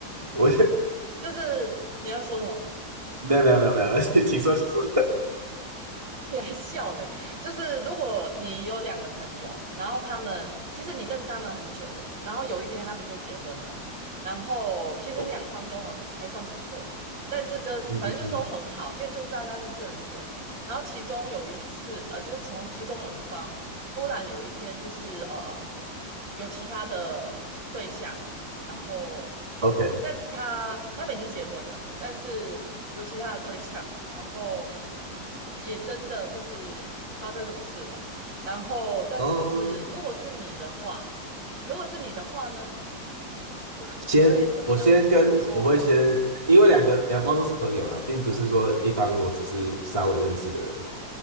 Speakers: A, on the right; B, on the right.
A: 我
B: 就是你要说什么？
A: 没有没有没有没有，<laughs> 请说请说。
B: 你还笑嘞？就是如果你有两个朋友，然后他们其实你认识他们很久了，然后有一天他们就结婚了，然后其实两方都很还算不错，
A: <laughs> 哦，
B: 但是跟反正就是都很好，
A: 嗯嗯嗯
B: 因为就是大家认识很久。然后其中有一次，呃，就是从其中有一方忽然有一天就是呃有其他的对象，然后，
A: ，OK，
B: 但是他他们已经结婚了，但是有其他的对象，然后也真的就是发生什么事了。然后，但是就是如果是你的话，
A: 哦，
B: 如果是你的话呢，<laughs>
A: 先我先跟我会先，
B: 你会怎么样做？就是说，
A: 因为两个两方都是朋友啊，并不是说一方我只是稍微认识的人，